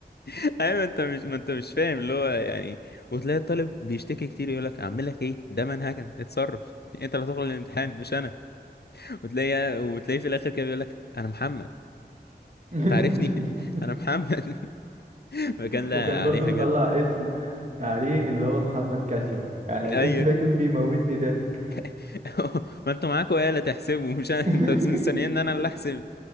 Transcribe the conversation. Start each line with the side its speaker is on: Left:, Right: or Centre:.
Left: <laughs> ايوه انت مش ما انت مش فاهم اللي هو يعني وتلاقي الطالب بيشتكي كتير يقول لك اعمل لك ايه ده منهجنا اتصرف <laughs> انت اللي هتخرج الامتحان مش انا وتلاقي وتلاقيه في الاخر كده بيقول لك انا محمد
Right: <laughs>
Left: تعرفني <laughs> انا محمد <laughs> فكان لا
Right: وكان برضو
Left: عليه حاجات
Right: مطلع اسم
Left: مم.
Right: عليه اللي هو محمد كاسيو يعني الاسم
Left: ايوه
Right: ده كان بيموتني ضحك
Left: <laughs> ما انتوا معاكوا آلة تحسبوا مش انا
Right: <laughs>
Left: <laughs> انتوا مستنيين ان انا اللي احسب